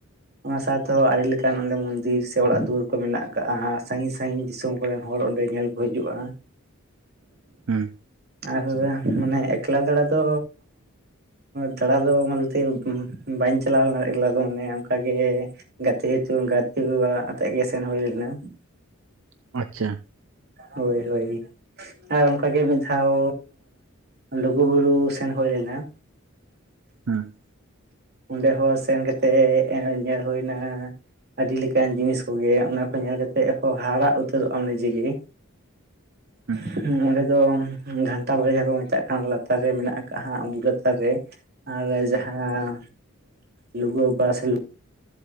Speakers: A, on the right (about 50°); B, on the right (about 70°).
A: ᱚᱱᱟ ᱥᱟᱶᱛᱮᱦᱚᱸ ᱟᱹᱰᱤ ᱞᱮᱠᱟᱱ ᱢᱚᱱᱫᱤᱨ ᱥᱮ ᱚᱲᱟᱜ ᱫᱩᱣᱟᱹᱨ ᱠᱚ ᱢᱮᱱᱟᱜ ᱠᱟᱜᱼᱟ ᱥᱟᱺᱜᱤᱧ ᱥᱟᱺᱜᱤᱧ ᱫᱤᱥᱚᱢ ᱠᱚᱨᱮᱱ ᱦᱚᱲ ᱚᱸᱰᱮ ᱧᱮᱞ ᱠᱚ ᱦᱤᱡᱩᱜᱼᱟ,
B: ᱦᱮᱸ
A: ᱟᱨ ᱢᱟᱱᱮ ᱮᱠᱞᱟ ᱫᱟᱬᱟ ᱫᱚ ᱫᱟᱬᱟ ᱫᱚ ᱚᱱᱛᱮ ᱵᱟᱹᱧ ᱪᱟᱞᱟᱣ ᱞᱮᱱᱟ ᱮᱠᱟᱞᱟ ᱫᱚ ᱢᱟᱱᱮ ᱚᱱᱠᱟᱜᱮ ᱜᱟᱛᱮ ᱜᱟᱛᱮ ᱠᱚ ᱟᱛᱮᱫ ᱜᱮ ᱥᱮᱱ ᱦᱩᱭ ᱞᱮᱱᱟ᱾
B: ᱟᱪᱪᱷᱟ
A: ᱦᱳᱭ ᱦᱳᱭ ᱟᱨ ᱚᱱᱠᱟᱟᱜᱮ ᱢᱤᱫ ᱫᱷᱟᱣ ᱞᱩᱜᱩᱵᱩᱨᱩ ᱥᱮᱱ ᱦᱩᱭ ᱞᱮᱱᱟ, <unintelligible>
B: ᱦᱮᱸ
A: ᱚᱸᱰᱮ ᱦᱚᱸ ᱥᱮᱱ ᱠᱟᱛᱮᱮᱫ ᱧᱮᱞ ᱦᱩᱭᱱᱟ ᱟᱹᱰᱤ ᱞᱮᱠᱟᱱ ᱡᱤᱱᱤᱥ ᱠᱚᱜᱮ ᱚᱱᱟ ᱠᱚ ᱧᱮᱞ ᱠᱟᱛᱮᱫ ᱦᱚᱸ ᱦᱟᱦᱲᱟ ᱩᱛᱟᱹᱨᱚᱜᱼᱟᱢ ᱱᱤᱡᱮ ᱜᱮ <inaudible>
B: ᱦᱮᱸ
A: ᱚᱸᱰᱮ ᱫᱚ ᱜᱷᱟᱱᱴᱟ ᱵᱟᱲᱮ ᱡᱟᱦᱟᱸ ᱠᱚ ᱢᱮᱛᱟᱜ ᱠᱟᱱ ᱞᱟᱛᱟᱨ ᱨᱮ ᱢᱮᱱᱟᱜ ᱠᱟᱜ ᱵᱩᱨᱩ ᱞᱟᱛᱟᱨ ᱨᱮ ᱟᱨ ᱡᱟᱦᱟᱸ ᱞᱩᱜᱩ ᱵᱟᱵᱟ ᱥᱮ ᱞᱩᱜᱩ